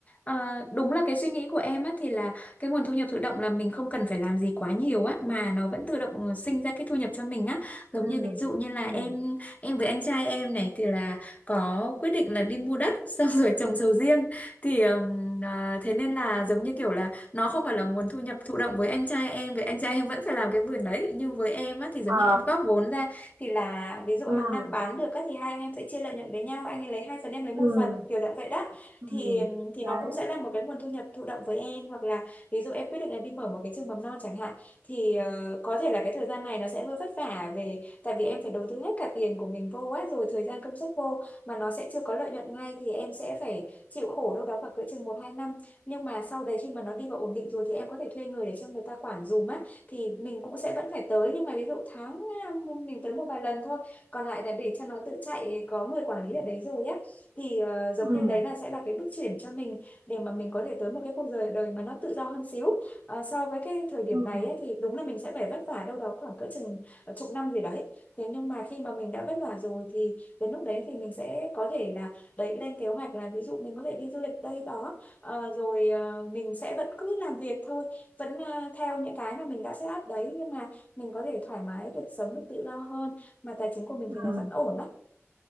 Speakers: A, on the left; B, on the right.
A: Ờ, đúng là cái suy nghĩ của em á thì là cái nguồn thu nhập thụ động là mình không cần phải làm gì quá nhiều á mà nó vẫn tự động ờ, sinh ra cái thu nhập cho mình á giống
B: Ừm,
A: như ví dụ như là
B: ừm,
A: em em với anh trai em này thì là có quyết định là đi mua đất <laughs> xong rồi trồng sầu riêng thì ừm, à, thế nên là giống như kiểu là nó không phải là nguồn thu nhập thụ động với anh trai em với anh trai em vẫn phải làm cái vườn đấy nhưng với em á thì giống
B: ờ,
A: như em góp vốn ra thì là ví dụ
B: ừm,
A: hàng năm bán được á thì hai anh em sẽ chia lợi nhuận với nhau anh ấy lấy hai phần em lấy
B: ừm,
A: một phần kiểu dạng vậy đó
B: ừm,
A: thì thì
B: đấy,
A: nó cũng sẽ là một cái nguồn thu nhập thụ động với em hoặc là ví dụ em quyết định là đi mở một cái trường mầm non chẳng hạn thì ờ, có thể là cái thời gian này nó sẽ hơi vất vả về tại vì em phải đầu tư hết cả tiền của mình vô á rồi thời gian công sức vô mà nó sẽ chưa có lợi nhuận ngay thì em sẽ phải chịu khổ đâu đó khoảng cỡ chừng một hai năm nhưng mà sau đấy khi mà nó đi vào ổn định rồi thì em có thể thuê người để cho người ta quản dùm á thì mình cũng sẽ vẫn phải tới nhưng mà ví dụ tháng à, mình tới một vài lần thôi còn lại là để cho nó tự chạy có người quản lý ở đấy rồi á thì ờ, giống
B: ừm,
A: như đấy là sẽ là cái bước chuyển cho mình để mà mình có thể tới một cái cuộc đời đời mà nó tự do hơn xíu Ờ, so với cái thời điểm
B: ừm,
A: này ấy, thì đúng là mình sẽ phải vất vả đâu đó khoảng cỡ chừng ờ, chục năm gì đấy thế nhưng mà khi mà mình đã vất vả rồi thì đến lúc đấy thì mình sẽ có thể là đấy lên kế hoạch là ví dụ mình có thể đi du lịch đây đó Ờ, rồi ờ, mình sẽ vẫn cứ làm việc thôi vẫn ờ, theo những cái mà mình đã set up đấy nhưng mà mình có thể thoải mái được sống được tự do hơn mà tài chính của mình thì nó
B: ừm,
A: vẫn ổn đó